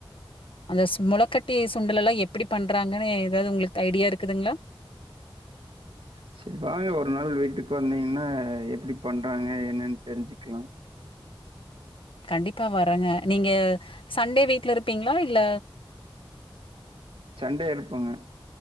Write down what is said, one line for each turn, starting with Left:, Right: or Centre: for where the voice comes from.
Left: அந்த முளக்கட்டி சுண்டல எல்லாம் எப்படி பண்றாங்கன்னு ஏதாவது உங்களுக்கு ஐடியா இருக்குதுங்களா
Right: செரி வாங்க ஒரு நாள் வீட்டுக்கு வந்தீங்கன்னா எப்டி பண்றாங்க என்னன்னு தெரிஞ்சுக்கலாம்
Left: கண்டிப்பா வரேங்க நீங்க சண்டே வீட்ல இருப்பீங்ளா இல்ல
Right: சண்டை எருப்பேங்க